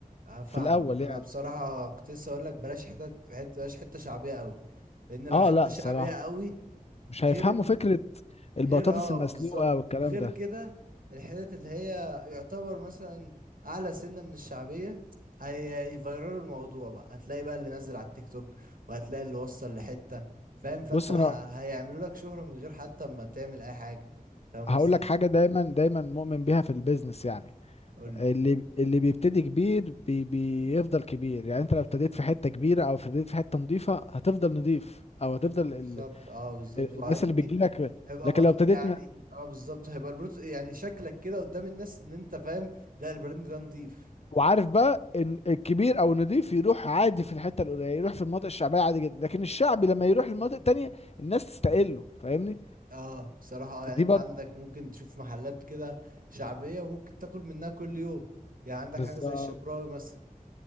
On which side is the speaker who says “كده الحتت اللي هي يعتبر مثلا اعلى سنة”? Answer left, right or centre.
Right